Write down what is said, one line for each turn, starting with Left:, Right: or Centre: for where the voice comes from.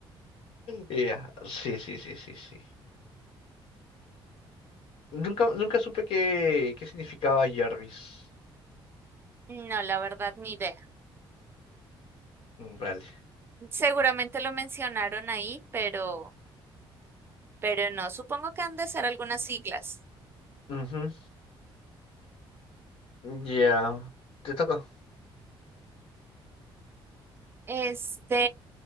Left: Ya, sí, sí, sí, sí, sí. Nunca, nunca supe qué, qué significaba Jarvis.
Right: No, la verdad, ni idea.
Left: Mm, Vale.
Right: Seguramente lo mencionaron ahí, pero, pero no. Supongo que han de ser algunas siglas.
Left: Ujú. Ya, te toca.
Right: Este,